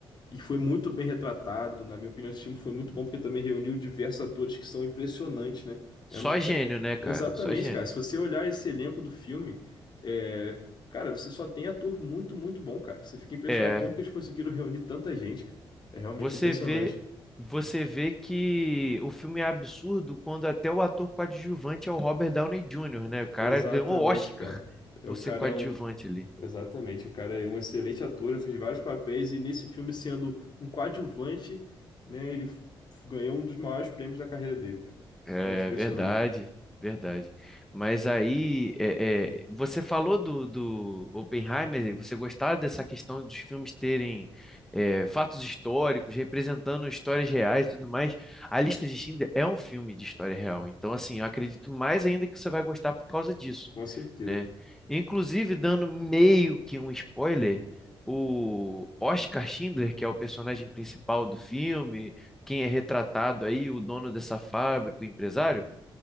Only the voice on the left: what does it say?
e foi muito bem retratado. Na minha opinião, esse filme foi muito bom porque também reuniu diversos atores que são impressionantes, né?
Eu não
sei-
Exatamente,
cara. Se você olhar esse elenco do filme, é, cara, você só tem ator muito, muito bom, cara. Você fica impressionado
como que eles conseguiram reunir tanta gente, cara. É realmente
impressionante.
Exatamente,
cara. É,
O cara
é um.
Exatamente, o cara é um excelente ator, ele fez vários papéis e nesse filme, sendo um coadjuvante, né? Ele f- ganhou um dos maiores prêmios da carreira dele, cara.
Realmente impressionante.
Com certeza.